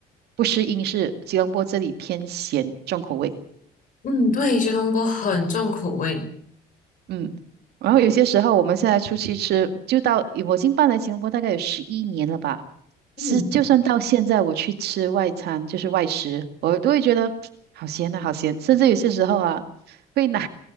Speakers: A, on the right; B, on the left.
A: 不适应是吉隆坡这里偏咸重口味，
B: 嗯，对，吉隆坡很重口味。
A: 嗯，然后有些时候我们现在出去吃，就到我已经搬来吉隆坡大概有十一年了吧，
B: 嗯，
A: 是就算到现在我去吃外餐就是外食，我都会觉得好咸啊好咸，甚至有些时候啊会拿